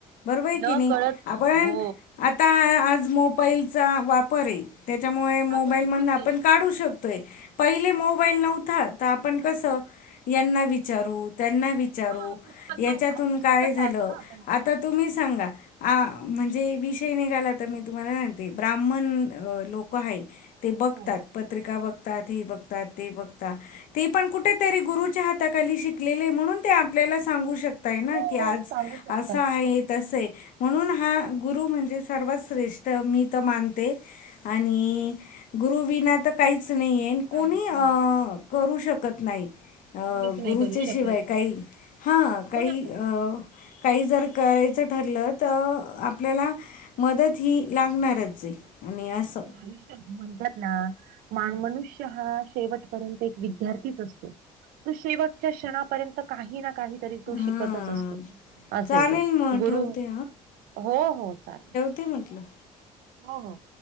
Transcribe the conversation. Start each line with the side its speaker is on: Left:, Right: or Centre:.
Left: बरोबर आहे की
Right: न
Left: नाही,
Right: कळत
Left: आपण
Right: हो
Left: आता आ.. आज मोबाईलचा वापर अय. त्याच्यामुळे मोबाईल
Right: हा पण गुरुच
Left: मदन आपण
Right: आहे
Left: काढू शकतोय. पहिले मोबाईल नव्हता, तर आपण कसं.. यांना विचारू त्यांना विचारू.
Right: हा पुस्तक
Left: याच्यातून
Right: पुस्तक
Left: काय
Right: चाळतो
Left: झालं..
Right: ना आपण
Left: आता तुम्ही सांगा? आ म्हणजे विषय निघाला तर मी तुम्हाला सांगते ब्राह्मण लोक हाय ते बघतात...
Right: हो
Left: पत्रिका बघतात.. हे बघतात... ते बघतात ते पण कुठ. तरी गुरूच्या हाताखाली शिकलेले म्हणून
Right: शिक
Left: आपल्याला सांगू शकताय ना..
Right: हो
Left: कि आज
Right: सांगू शकतात
Left: असं आहे.. तसंय. म्हणून हां गुरु म्हणजे सर्वात श्रेष्ठ मी तर मानते आणि गुरुविना तर काहीच नाहीये कोणी
Right: काहीच
Left: अ..
Right: नाही
Left: करू शकत नाही. ह..
Right: मीच नाही
Left: गुरुच्या
Right: करू
Left: शिवाय
Right: शकत
Left: काही हा काही
Right: हो ना
Left: अ.. काही जर करायच ठरल तर आपल्याला मदत ही लागणारचय आणि असं
Right: आयुष्यात म्हणतात ना.. मा... मनुष्य हा शेवट परंतु विद्यार्थी एक असतो शेवट क्षणापर्यंत काही ना काही तरी तो
Left: हां
Right: शिकतच असतो.. अस
Left: चालेल
Right: आहे तो..
Left: मग
Right: गुरु,
Left: ठेवते
Right: हो.. हो.. चालेल.
Left: ते म्हटलं.
Right: हो.. हो...